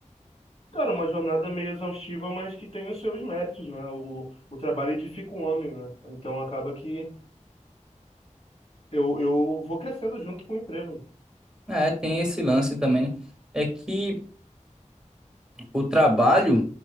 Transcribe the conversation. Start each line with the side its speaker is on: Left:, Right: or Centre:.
Left: Cara, uma jornada meio exaustiva, mas que tem os seus méritos, né? O, o trabalho edifica o homem, né? Então acaba que eu, eu vou crescendo junto com o emprego. né?
Centre: É, tem esse lance também, né? É que o trabalho,